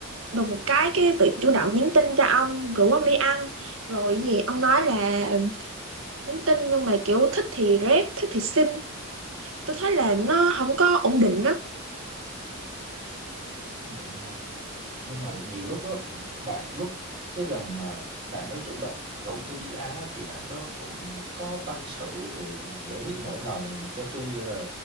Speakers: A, on the right (about 65°); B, on the right (about 25°).
A: đùng một cái cái tự chủ động nhắn tin cho ông rủ ông đi ăn rồi cái gì ông nói là nhắn tin nhưng mà kiểu thích thì rep thích thì xin tôi thấy là nó không có ổn định đó
B: không định hả nhưng mà nhiều lúc á bạn lúc cái lần mà bạn ấy chủ động rủ tôi đi ăn á thì bạn đó cũng có tâm sự rồi giải quyết nỗi lòng cho tôi là